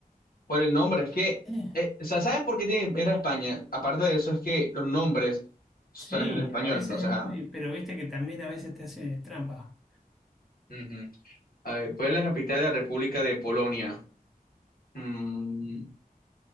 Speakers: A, on the left; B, in the centre.
A: por el nombre. Es que,
B: Eh,
A: eh, o sea, ¿sabes por qué tiene- era España? Aparte de eso, es que los nombres son
B: Sí,
A: escritos en español,
B: a veces
A: entonces,
B: es
A: ah,
B: muy. Pero viste que también a veces te hace trampa.
A: ujú. A ver, ¿cuál es la capital de la República de Polonia? Mm,